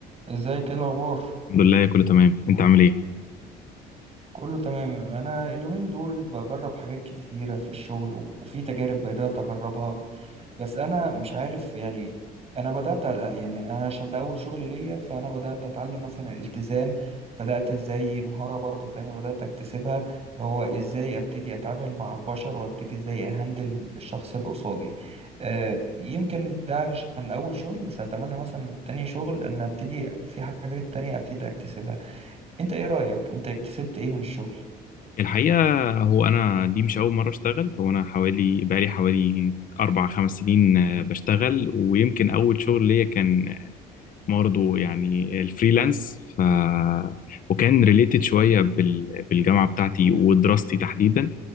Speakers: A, on the right; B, on the left.
A: ازيك ايه الاخبار
B: الحمد لله كله تمام انت عامل ايه
A: كله تمام انا اليومين دول بجرب حاجات كتيره في الشغل و- وفي تجارب بدات اجربها بس انا مش عارف يعني انا بدات أ- يعني انا عشان ده اول شغل ليا فانا بدات اتعلم مثلا الالتزام بدات ازاي مهاره برضو تانية بدات اكتسبها هو ازاي ابتدي اتعامل مع البشر وابتدي ازاي اهندل الشخص اللي قصادي أه يمكن ده عشان اول شغل بس اتمنى مثلا تاني شغل ان ابتدي في حاجات تانية ابتدي اكتسبها انت ايه رأيك انت اكتسبت ايه من الشغل
B: الحقيقه هو انا دي مش اول مره اشتغل هو انا حوالي بقالي حوالي اربع خمس سنين آه، بشتغل ويمكن اول شغل ليا كان برضه يعني الفريلانس ف وكان ريليتد شويه بال... بالجامعه بتاعتي ودراستي تحديدا